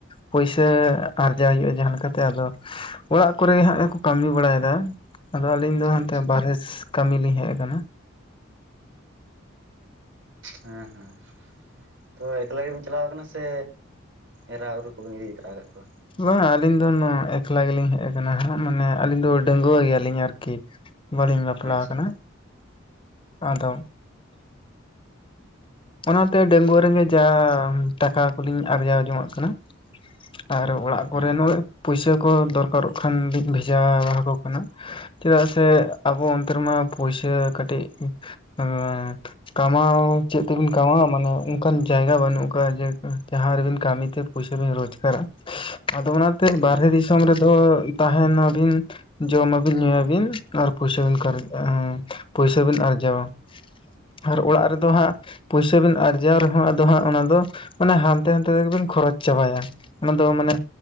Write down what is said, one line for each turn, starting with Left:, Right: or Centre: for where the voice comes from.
Left: ᱯᱩᱭᱥᱟᱹ ᱟᱨᱡᱟᱣ ᱦᱩᱭᱩᱜᱼᱟ ᱡᱟᱦᱟᱸ ᱞᱮᱠᱟᱛᱮ ᱟᱫᱚ ᱚᱲᱟᱜ ᱠᱚᱨᱮᱜ ᱦᱟᱸᱜ ᱜᱮᱠᱚ ᱠᱟᱹᱢᱤ ᱵᱟᱲᱟᱭᱮᱫᱟ ᱟᱫᱚ ᱟᱹᱞᱤᱧ ᱫᱚ ᱦᱟᱱᱛᱮ
Right: ᱟᱪᱪᱷᱟ
Left: ᱵᱟᱨᱦᱮ ᱠᱟᱹᱢᱤ ᱞᱤᱧ ᱦᱮᱡ ᱟᱠᱟᱱᱟ
Right: ᱦᱮᱸ ᱦᱮᱸ ᱛᱚ ᱮᱠᱞᱟ ᱜᱤᱢ ᱪᱟᱞᱟᱣ ᱠᱟᱱᱟ ᱥᱮ ᱮᱨᱟᱼᱩᱨᱩ ᱠᱚᱵᱮᱱ ᱤᱫᱤ ᱛᱟᱨᱟ ᱟᱠᱟᱫ ᱠᱚᱣᱟ
Left: ᱵᱟᱝ ᱟᱹᱞᱤᱧ ᱫᱚ ᱮᱠᱞᱟ ᱜᱮᱞᱤᱧ ᱦᱮᱡ ᱠᱟᱱᱟ ᱦᱟᱸᱜ ᱢᱟᱱᱮ ᱟᱹᱞᱤᱧ ᱫᱚ ᱰᱟᱺᱜᱩᱣᱟᱹ ᱜᱮᱭᱟᱞᱤᱧ ᱟᱨᱠᱤ ᱵᱟᱹᱞᱤᱧ ᱵᱟᱯᱞᱟ
Right: ᱟᱪᱪᱷᱟ
Left: ᱠᱟᱱᱟ
Right: ᱟᱪᱪᱷᱟ
Left: ᱟᱫᱚ ᱚᱱᱟᱛᱮ ᱰᱟᱺᱜᱩᱣᱟᱹ ᱨᱮᱸᱜᱮ ᱡᱟᱢ ᱴᱟᱠᱟ ᱠᱚᱞᱤᱧ ᱟᱨᱡᱟᱣ ᱡᱚᱝᱧᱟᱜ ᱠᱟᱱᱟ ᱟᱨ ᱚᱲᱟᱜ
Right: ᱦᱮᱸ
Left: ᱠᱚᱨᱮ
Right: ᱦᱮᱸ
Left: ᱱᱚᱜᱼᱚᱭ ᱯᱩᱭᱥᱟᱹ ᱠᱚ ᱫᱚᱨᱠᱟᱨᱚᱜ ᱠᱷᱟᱱ ᱞᱤᱧ ᱵᱷᱮᱡᱟ ᱟᱠᱚ ᱠᱟᱱᱟ ᱪᱮᱫᱟᱜ ᱥᱮ ᱟᱵᱚ ᱚᱱᱛᱮ ᱨᱮᱢᱟ ᱯᱚᱭᱥᱟᱹ ᱠᱟᱹᱴᱤᱡ <unintelligible> ᱠᱟᱢᱟᱣ ᱪᱮᱫ ᱛᱮᱵᱤᱱ ᱠᱟᱢᱣᱟ ᱢᱟᱱᱮ ᱚᱱᱠᱟᱱ ᱡᱟᱭᱜᱟ ᱵᱟᱹᱱᱩᱜ ᱟᱠᱟᱫᱟ ᱡᱮ ᱡᱟᱦᱟᱸ ᱨᱮᱵᱤᱱ ᱠᱟᱹᱢᱤᱛᱮ ᱯᱩᱭᱥᱟ ᱵᱤᱱ ᱨᱳᱡᱜᱟᱨᱟ ᱟᱫᱚ ᱚᱱᱟᱛᱮ
Right: ᱦᱮᱸ
Left: ᱵᱟᱨᱦᱮ
Right: ᱦᱮᱸ
Left: ᱫᱤᱥᱚᱢ ᱨᱮᱫᱚ ᱛᱟᱦᱮᱱᱟᱵᱤᱱ ᱡᱚᱢᱟᱵᱤᱱ ᱧᱩᱭᱟᱵᱤᱱ ᱟᱨ ᱯᱚᱭᱥᱟ ᱵᱤᱱ ᱠᱟᱨᱪᱟᱹᱼᱟᱜ ᱯᱚᱭᱥᱟ ᱵᱤᱱ ᱟᱨᱡᱟᱣᱟ ᱟᱨ ᱚᱲᱟᱜ ᱨᱮᱫᱚ ᱦᱟᱸᱜ ᱯᱩᱭᱥᱟ ᱵᱤᱱ ᱟᱨᱡᱟᱣ ᱨᱮᱦᱚᱸ ᱟᱫᱚ ᱦᱟᱸᱜ ᱚᱱᱟ ᱫᱚ ᱢᱟᱱᱮ ᱦᱟᱱᱛᱮ ᱱᱟᱱᱛᱮ ᱛᱮᱜᱮᱵᱤᱱ ᱠᱷᱚᱨᱚᱪ ᱪᱟᱵᱟᱭᱟ ᱚᱱᱟᱫᱚ ᱢᱟᱱᱮ